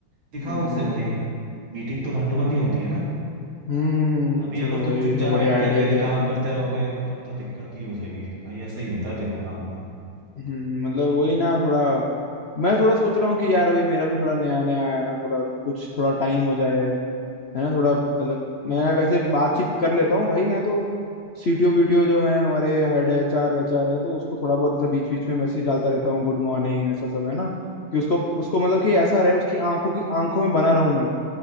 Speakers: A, on the right; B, on the left.
A: दिखाओ
B: हम्म हम्म,
A: उसे भाई मीटिंग तो वन टू वन ही होती है ना
B: हम्म,
A: अभी
B: चलो
A: अगर
B: भाई
A: तुम चुपचाप
B: ये तो बढ़िया
A: बैठ
B: आइडिया
A: के अकेले
B: दिया
A: काम
B: तुमने
A: करते रहोगे तब तो दिक्कत ही हो जाएगी फिर भाई ऐसा ही होता है देखो काम पे
B: हम्म मतलब वही ना थोड़ा मैं थोड़ा सोच रहा हूँ कि यार अभी मेरा भी थोड़ा नया नया आया है ना थोड़ा कुछ थोड़ा टाइम हो जाए है ना थोड़ा मतलब मैं वैसे बातचीत कर लेता हूँ भाई मैं तो सीटीओ वीटीओ जो है हमारे हेड एचआर वेचआर है तो उसको थोड़ा बहुत ऐसा बीच बीच में मैसेज डालता रहता हूँ गुड मॉर्निंग ऐसा सब है ना कि उसको उसको मतलब कि ऐसा रहे उसकी आंखों की आंखों में बना रहूं मैं